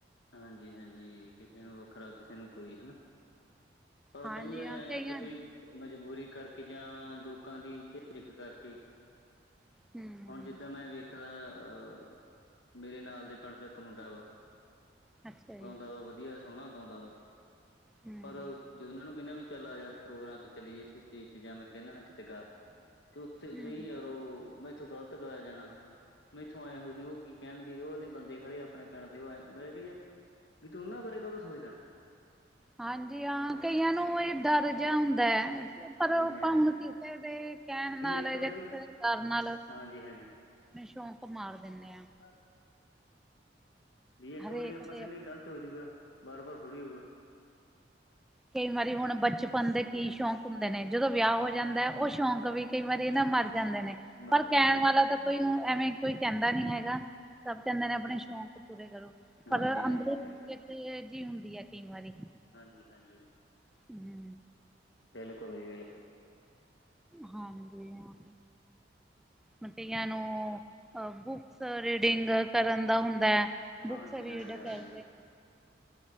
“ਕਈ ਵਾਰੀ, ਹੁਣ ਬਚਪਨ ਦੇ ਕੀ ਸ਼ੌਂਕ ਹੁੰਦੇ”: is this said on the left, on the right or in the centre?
Centre